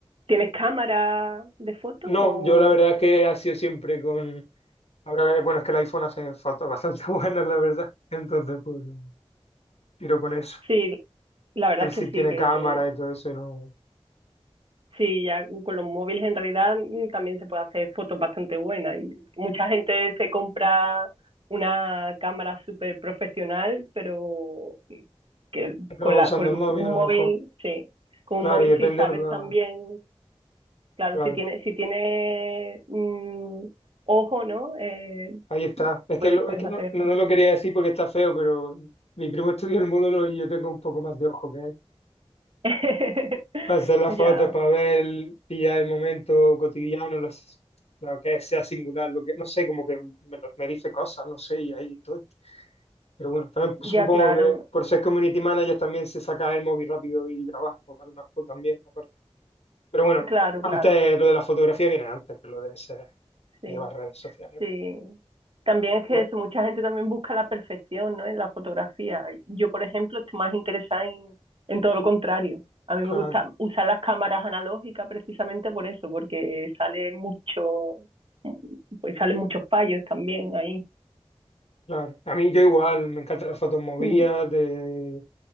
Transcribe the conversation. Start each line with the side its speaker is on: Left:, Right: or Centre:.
Right: tienes cámara de fotos?
Left: No,
Right: O...
Left: yo la verdad que ha sido siempre con... Ahora, eh, bueno, es que el iPhone hace fotos bastante <laughs> buenas, la verdad. Entonces, pues, no, tiro con eso.
Right: Sí, la verdad
Left: Él sí
Right: es que
Left: tiene
Right: sí, que
Left: cámara y todo eso y no...
Right: sí, ya con los móviles en realidad mm, también se puede hacer fotos bastante buenas. Y mucha gente se compra una cámara súper profesional, pero que
Left: Acaba
Right: con la,
Left: usando
Right: con
Left: el
Right: un
Left: móvil, a lo
Right: móvil,
Left: mejor.
Right: sí, con
Left: Claro,
Right: un móvil
Left: y depende...
Right: si sabes
Left: va-
Right: también, claro,
Left: Claro,
Right: si tienes, si tiene mm, ojo, ¿no? Eh,
Left: ahí está. Es
Right: puedes,
Left: que, lo-
Right: puedes
Left: es que
Right: hacer
Left: no, no
Right: fotos.
Left: lo quería decir porque está feo, pero mi primo estudia el módulo y yo tengo un poco más de ojo que él.
Right: <laughs>
Left: hacer la
Right: Ya.
Left: foto para ver, pillar el momento cotidiano, los- lo que sea singular, lo que, no sé, como que me, lo- me dice cosas, no sé, y ahí estoy. Pero bueno, también pues,
Right: Ya,
Left: supongo
Right: claro,
Left: que por ser community manager también se saca el móvil rápido y grabar, o dar una foto también, aparte. Pero bueno,
Right: claro,
Left: antes
Right: claro,
Left: lo de la fotografía viene antes que lo de ser,
Right: sí,
Left: llevar redes sociales.
Right: sí. También es que
Left: Ya,
Right: eso, mucha gente también busca la perfección, ¿no? En la fotografía. Yo, por ejemplo, estoy más interesada en, en todo lo contrario. A mí
Left: claro.
Right: me gusta usar las cámaras analógicas precisamente por eso, porque sale mucho, pues salen muchos fallos también ahí.
Left: Claro. A mí yo igual, me encantan las fotos movidas,
Right: Mm,
Left: de,